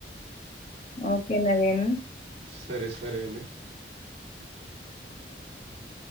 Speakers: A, on the left; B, on the right.
A: ఓకే నవీన్
B: సరే సరే అండి
A: అ <inaudible>